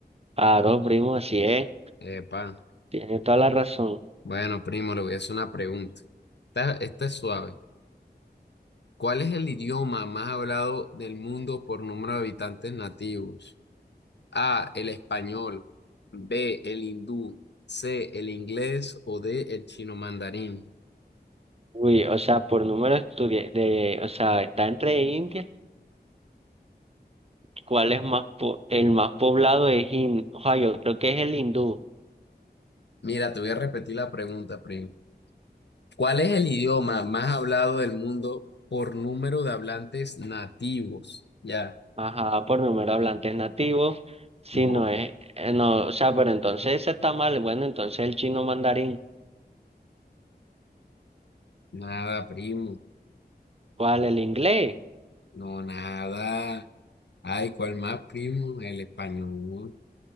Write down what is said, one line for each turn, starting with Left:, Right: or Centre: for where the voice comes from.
Right: claro, primo, así es,
Left: Epa.
Right: tiene toda la razón.
Left: Bueno, primo, le voy a hacer una pregunta. Esta, esta es suave. ¿Cuál es el idioma más hablado del mundo por número de habitantes nativos? A, el español, B, el hindú, C, el inglés o D, el chino mandarín.
Right: Uy, o sea, por número estudia- de, o sea, está entre India, ¿cuál es más po- el más poblado es hin- Oja, yo creo que es el hindú.
Left: Mira, te voy a repetir la pregunta, primo. ¿Cuál es el idioma más hablado del mundo por número de hablantes nativos? Ya.
Right: Ajá, por número de hablantes nativos, si
Left: No.
Right: no es, eh, no, o sea, pero entonces ese está mal, bueno, entonces el chino mandarín,
Left: Nada, primo.
Right: ¿cuál? El inglés,
Left: No, nada. Ay, ¿cuál más, primo? El español.